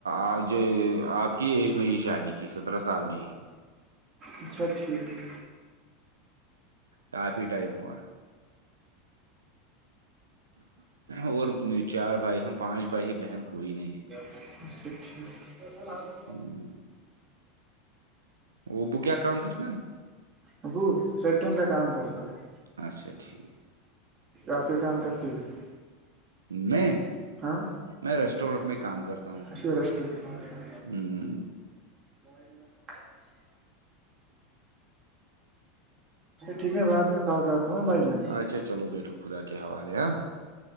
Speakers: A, on the right; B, on the right.
A: آ ج آپ کی ایج میں ہی شادی کی سترہ سال میں ہی
B: اچھا ٹھیک
A: کافی ٹائم ہوا اور چار بھائی ہم پانچ بھائی ہے بہن کوئی نہیں ہے
B: اچھا ٹھیک
A: ہممم ابو کیا کام کرتا ہیں
B: ابو سیٹنگ کا کام کر رہ ہے
A: اچھا ٹھیک
B: آپ کے کام کرتے ہو
A: میں
B: ہاں
A: میں ریسٹورینٹ میں کام کرتا ہوں
B: اسی ریسٹورینٹ
A: ہمم
B: <inaudible> ٹھیک بعد میں کال کرتا ہوں بھائی جان
A: اچھا چلو بیٹھو خدا کے حوالے ہا